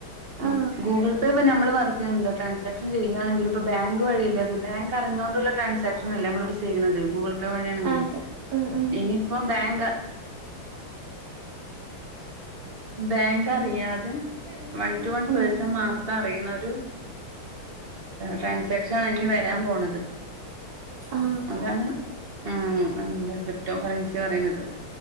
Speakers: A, on the right; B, on the right.
A: ഈ
B: ആ
A: ഗൂഗിൾ പേ പിന്നെ. നമ്മള് വർക്ക്ന്താ ട്രാൻസാക്ഷൻ ചെയ്യയാണെങ്കില് ഇപ്പൊ ബാങ്ക് വഴിയില്ല, അത് ബാങ്ക് അറിഞ്ഞുകൊണ്ടുള്ള ട്രൻസാക്ഷൻ അല്ല നമ്മള് ചെയ്യണത് ഗുഗിൾ പേ വഴിയാണെങ്കിലും,
B: അതെ ഉം ഉം
A: ഇനിയിപ്പം ബാങ്ക് ബാങ്ക് അറിയാതെ. വൺ ടു വൺ
B: ഉം
A: പേഴ്സൺ മാത്രം അറിയണ ഒരു ട്രാൻസാക്ഷൻ ആണ് ഇനി വരാൻ പോണത്.
B: ആ
A: അതാണ് ഉം എന്താ ക്രിപ്റ്റോ കറൻസി പറയുന്നത്.